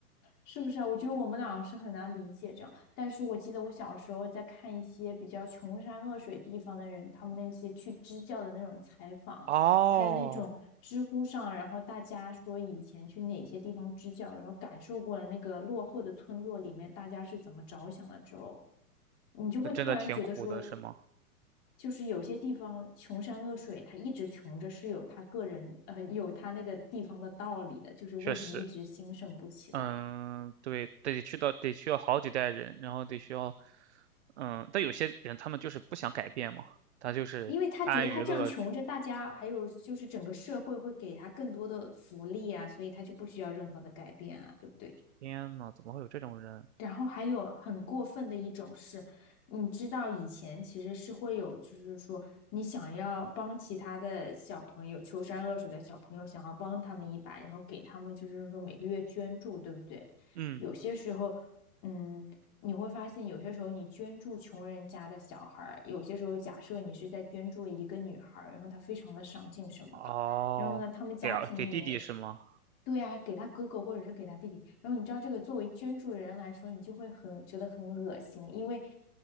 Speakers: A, on the left; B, on the right.
A: 是不是啊？我觉得我们俩是很难理解这样，但是我记得我小时候在看一些比较穷山恶水地方的人，他们那些去支教的那种采访，
B: 哦，
A: 还有那种知乎上，然后大家说以前去哪些地方支教，然后感受过了那个落后的村落里面大家是怎么着想了之后，你就会突然觉得说，
B: 那真的挺苦的，是吗？
A: 就是有些地方穷山恶水，他一直穷着是有他个人，呃，有他那个地方的道理的，就是为什么一直兴盛不起来。
B: 确实，嗯，对，得去到得需要好几代人，然后得需要，嗯，但有些人他们就是不想改变嘛，他就是安于乐。
A: 因为他觉得他这样穷着，大家还有就是整个社会会给他更多的福利啊，所以他就不需要任何的改变啊，对不对？
B: 天呐，怎么会有这种人？
A: 然后还有很过分的一种是，你知道以前其实是会有，就是说你想要帮其他的小朋友，穷山恶水的小朋友，想要帮他们一把，然后给他们就是说每个月捐助，对不对？
B: 嗯，
A: 有些时候，嗯，你会发现有些时候你捐助穷人家的小孩儿，有些时候假设你是在捐助一个女孩儿，然后她非常的上进什么的，
B: 哦，
A: 然后呢，他们家庭里面。
B: 给儿给弟弟是吗？
A: 对呀、给他哥哥或者是给他弟弟。然后你知道这个作为捐助人来说，你就会很觉得很恶心，因为